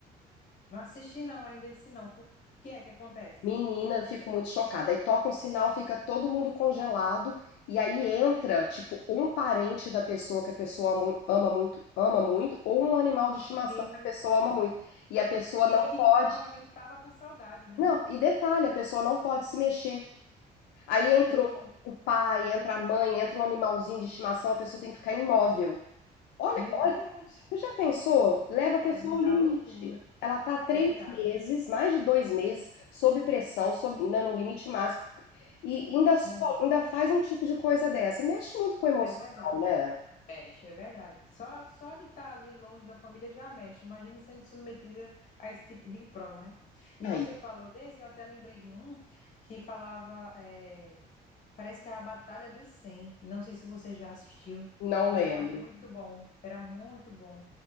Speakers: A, on the left; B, on the left.
A: Não assisti não ainda esse não. O que é que acontece?
B: Menina, eu fico muito chocada. Aí toca um sinal, fica todo mundo congelado, e aí entra, tipo, um parente da pessoa que a pessoa mu- ama muito, ama muito, ou um animal de estimação
A: E,
B: que a pessoa ama muito. E a pessoa não
A: e que
B: pode.
A: provavelmente estava com saudade, né?
B: Não, e detalhe, a pessoa não pode se mexer. Aí entrou
A: E,
B: o pai, entra a mãe, entra um animalzinho de estimação, a pessoa tem que ficar imóvel. Olha,
A: meu
B: olha.
A: Deus,
B: Você já pensou? Leva a pessoa
A: é muita
B: ao limite.
A: loucura,
B: Ela tá três
A: verdade.
B: meses, mais de 2 meses, sob pressão, sob, né, no limite máximo. E ainda, s-
A: É,
B: ainda faz um tipo de coisa dessa. Mexe muito com o emocional,
A: é verdade.
B: né?
A: Mexe, é verdade. Só, só de estar ali longe da família já mexe. Imagina sendo submetida a esse tipo de prova, né? E
B: Aí,
A: você falou desse, eu até lembrei de um que falava, é, parece que era a Batalha dos cem Não sei se você já assistiu,
B: não
A: mas
B: lembro.
A: era muito bom. Era muito bom.